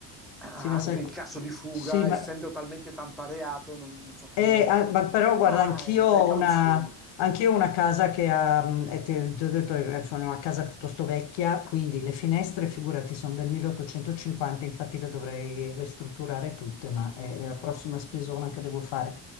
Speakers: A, in the centre; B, on the left.
A: Ah,
B: Sì, ma
A: anche
B: sai...
A: in
B: co-
A: caso di fuga,
B: Sì, ma
A: essendo talmente tanto areato, non, non si accumulerebbe.
B: Eh, ah, ma però
A: Ma
B: guarda, anch'io
A: eh, le
B: ho
A: precauzioni,
B: una, anch'io ho una casa che ha, mm, e te- ti ho detto, eh, sono una casa piuttosto vecchia, quindi le finestre, figurati, sono del 1850, infatti le dovrei ristrutturare tutte, ma è è la prossima spesona che devo fare.